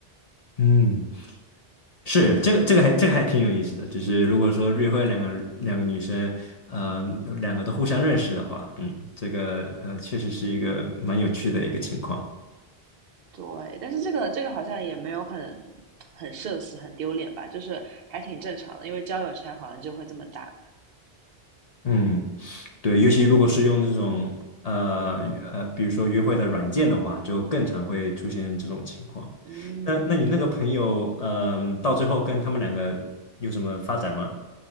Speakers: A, on the left; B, on the right.
A: 嗯，是这个这个还这个还挺有意思的，就是如果说约会两个两个女生，呃，两个都互相认识的话，嗯，这个呃确实是一个蛮有趣的一个情况。
B: 对，但是这个这个好像也没有很很社死、很丢脸吧，就是还挺正常的，因为交友圈好像就会这么大。
A: 嗯。对，尤其如果是用这种呃呃，比如说约会的软件的话，就更常会出现这种情况。
B: 嗯，
A: 那那你那个朋友，嗯、到最后跟他们两个有什么发展吗？